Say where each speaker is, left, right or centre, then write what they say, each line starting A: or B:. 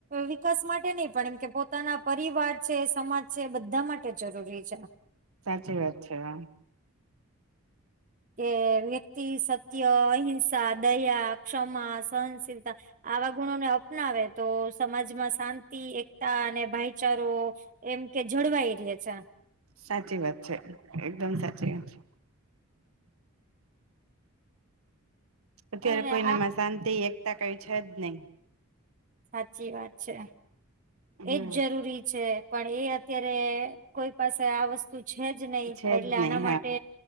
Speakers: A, on the right; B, on the right.
A: વિકાસ માટે નહી પણ એમ કે પોતાના પરિવાર છે સમાજ છે બધા માટે જરૂરી છે
B: સાચી વાત છે વા
A: કે વ્યક્તિ સત્ય અહિંસા દયા ક્ષમા સહનશીલતા આવા ગુણોને અપનાવે તો સમાજ માં શાંતિ એકતા અને ભાઈચારો એમ કે જળવાઈ રહ્યા છે
B: સાચી વાત છે એકદમ સાચી વાત છે અત્યારે
A: અને
B: કોઈનામાં
A: આ
B: શાંતિ એકતા કઈ છે, જ નહી
A: સાચી વાત છે
B: હમ
A: એજ જરૂરી છે. પણ એ અત્યારે કોઈ પાસે આ વસ્તુ તું છે જ નહીિ
B: છે
A: એટલે
B: જ
A: આના
B: નહી
A: માટે